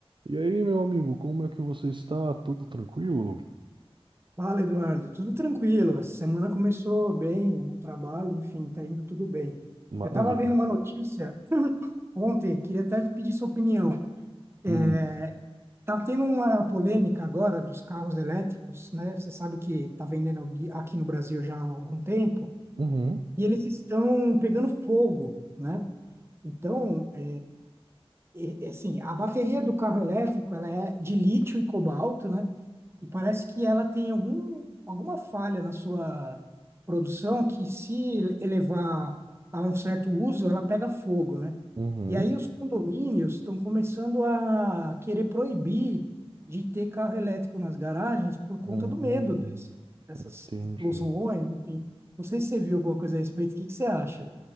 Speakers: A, on the right; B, on the right.
A: E aí, meu amigo, como é que você está? Tudo tranquilo?
B: Fala, Eduardo. Tudo tranquilo. A semana começou bem, no trabalho, enfim, tá indo tudo bem.
A: Maravilha.
B: Eu estava vendo uma notícia <clears throat> ontem, queria até te pedir sua opinião. É,
A: Hum.
B: tá tendo uma polêmica agora dos carros elétricos, né? Você sabe que tá vendendo aqui aqui no Brasil já há algum tempo,
A: Uhum.
B: e eles estão pegando fogo, né? Então, é, é, assim, a bateria do carro elétrico, ela é de lítio e cobalto, né? E parece que ela tem algum, alguma falha na sua produção que, se elevar a um certo uso, ela pega fogo, né?
A: Uhum.
B: E aí os condomínios estão começando a querer proibir de ter carro elétrico nas garagens por conta
A: Uhum.
B: do medo desse, dessas
A: Entendi.
B: explosões. Enfim. Não sei se você viu alguma coisa a respeito. O que que você acha?